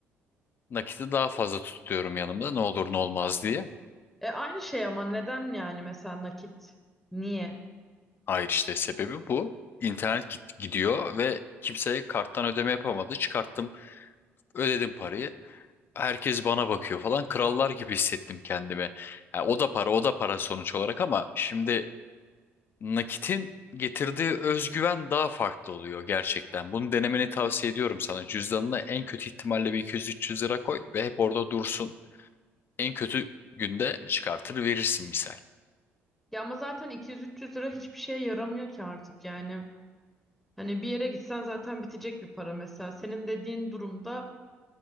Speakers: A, on the left; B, in the centre.
A: Nakiti daha fazla tutuyorum yanımda ne olur ne olmaz diye.
B: E aynı şey ama neden yani mesela nakit? Niye?
A: Hayır işte sebebi bu. İnternet git gidiyor ve kimse karttan ödeme yapamadı. Çıkarttım, ödedim parayı. Herkes bana bakıyor falan. Krallar gibi hissettim kendimi. Ha, o da para, o da para sonuç olarak ama şimdi nakitin getirdiği özgüven daha farklı oluyor gerçekten. Bunu denemeni tavsiye ediyorum sana. Cüzdanına en kötü ihtimalle bir 200-300 lira koy ve hep orada dursun. En kötü günde çıkartır verirsin misal.
B: Ya ama zaten 200-300 lira hiçbir şeye yaramıyor ki artık yani. Hani bir yere gitsen zaten bitecek bir para mesela. Senin dediğin durumda